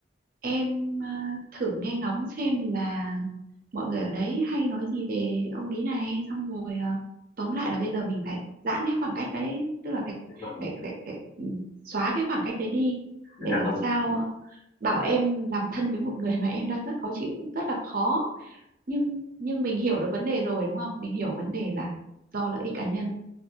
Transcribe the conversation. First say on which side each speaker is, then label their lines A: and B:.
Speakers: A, on the right; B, on the left.
A: em ờ, thử nghe ngóng xem là mọi người ở đấy hay nói gì về ông ý này xong rồi ờ, tóm lại là bây giờ mình phải giãn cái khoảng cách đấy tức là phải
B: dạ vâng,
A: phải phải, phải ừ, xóa cái khoảng cách đấy đi
B: dạ
A: để làm
B: vâng,
A: sao ờ, bảo em làm thân với một người mà em đang rất khó chịu cũng rất là khó nhưng nhưng mình hiểu được vấn đề rồi đúng không mình hiểu vấn đề là do lợi ích cá nhân